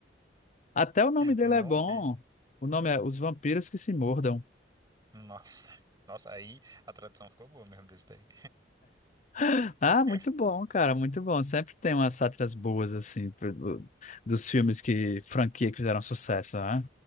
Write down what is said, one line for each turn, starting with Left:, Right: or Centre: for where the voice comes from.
Left: Até o nome dele
Right: Não
Left: é bom.
Right: vi.
Left: O nome é Os Vampiros que Se Mordam.
Right: Nossa. Nossa, aí a tradução ficou boa mesmo desse daí.
Left: <gasps> Ah, muito
Right: <laughs>
Left: bom, cara, muito bom. Sempre tem umas sátiras boas, assim, pro- do- dos filmes que, franquia que fizeram sucesso, né?